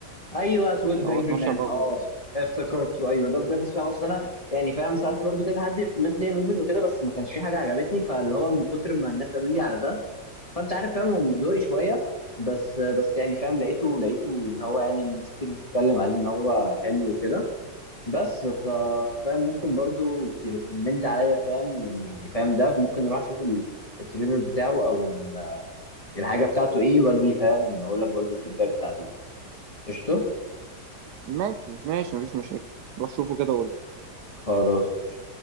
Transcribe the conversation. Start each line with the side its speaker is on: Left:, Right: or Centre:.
Left: ايوه 12
Right: اللي هو
Left: انجري
Right: 12
Left: مان
Right: رجل
Left: اه افتكرته ايوه ده بجد فاهم اصل انا يعني فاهم سالت برضو كده حد ريكومند لي موفيز وكده بس ما كانش في حاجه عجبتني فاللي هو من كتر ما الناس قالوا لي على ده فانت عارف فاهم هو مش ذوقي شويه بس بس يعني فاهم لقيته لقيته ان هو يعني الناس كتير بتتكلم عليه ان هو حلو وكده بس ف فاهم ممكن برضو تريكومند عليا فاهم يعني فاهم ده ممكن اروح اشوف ال- التريلر بتاعه او ال- الحاجه بتاعته ايه واجي فاهم اقول لك برضو الفيدباك بتاعتي وكده قشطه
Right: ماشي ماشي مفيش مشاكل روح شوفه كده وقول
Left: خلاص